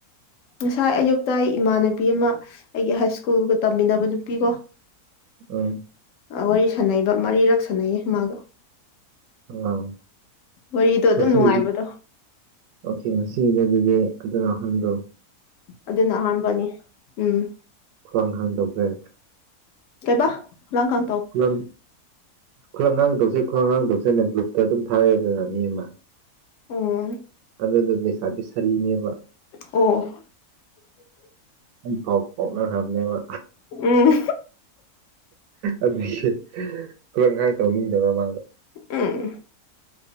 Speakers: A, on the left; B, on the right.
A: ꯉꯁꯥꯏ ꯑꯌꯨꯛꯇ ꯏꯃꯥꯟꯅꯕꯤ ꯑꯃ ꯑꯩꯒꯤ ꯍꯥꯏ ꯁ꯭ꯀꯨꯜꯒ ꯇꯝꯃꯤꯟꯅꯕ ꯅꯨꯄꯤꯀꫭ
B: <unintelligible>
A: ꯋꯥꯔꯤ ꯁꯥꯟꯅꯩꯕ ꯃꯔꯤꯔꯛ ꯁꯥꯟꯅꯩꯌꯦ ꯃꯥꯒ
B: ꯑꯥ
A: ꯋꯥꯔꯤꯗꯣ ꯑꯗꯨꯝ
B: ꯉꯁꯤꯒꯤꯗꯤ
A: ꯅꯨꯡꯉꯥꯏꯕꯗꯣ
B: ꯑꯣꯀꯦ ꯉꯁꯤꯗꯤ ꯑꯗꯨꯗꯤ <unintelligible>
A: ꯑꯗꯨꯅ ꯑꯍꯥꯟꯕꯅꯦ ꯎꯝ
B: ꯈ꯭ꯋꯥꯡ ꯍꯥꯟ ꯇꯧꯈ꯭ꯔꯦ
A: ꯀꯩꯕ ꯈꯨꯂꯥꯡꯈꯥꯡ
B: ꯈꯨꯂꯪ <unintelligible> ꯒ꯭ꯔꯨꯞꯇ ꯑꯗꯨꯝ ꯊꯥꯏꯌꯦꯗꯅ ꯃꯤ ꯑꯃ
A: ꯑꯣ
B: ꯑꯗꯨꯗꯨ ꯂꯩꯁꯥꯕꯤ ꯁꯔꯤꯅꯦꯕ
A: ꯑꯣ
B: ꯑꯩ ꯄꯥꯎ ꯐꯥꯎꯅꯈ꯭ꯔꯕꯅꯦꯕ꯫
A: ꯎꯝ
B: ꯑꯗꯨꯒꯤ ꯊꯕꯛ ꯏꯪꯈꯥꯡ ꯇꯧꯅꯤꯡꯗꯕ ꯃꯥꯒ꯫
A: ꯎꯝ